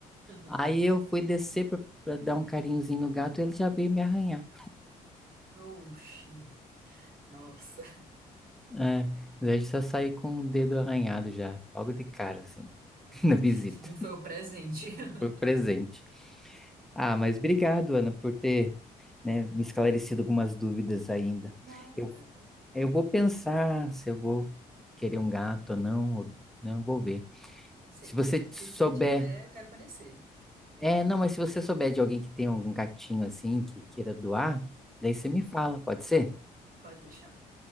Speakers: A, on the right; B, in the centre.
A: <laughs>
B: Aí eu fui descer pra, pra dar um carinhozinho no gato, ele já veio me arranhar.
A: Oxi. Nossa,
B: É, daí eu já saí com o dedo arranhado já, logo de cara, assim, <laughs> na visita.
A: <laughs> foi o presente. <laughs>
B: Foi o presente. Ah, mas obrigado, Ana, por ter, né, me esclarecido algumas dúvidas ainda.
A: Nada.
B: Eu Eu vou pensar se eu vou querer um gato ou não, ou não, vou ver.
A: Se
B: Se
A: você quiser-
B: você
A: se
B: souber.
A: você tiver, eu quero conhecer.
B: É, não, mas se você souber de alguém que tem algum gatinho assim, que queira doar, daí você
A: Uhum.
B: me fala, pode ser?
A: Pode deixar.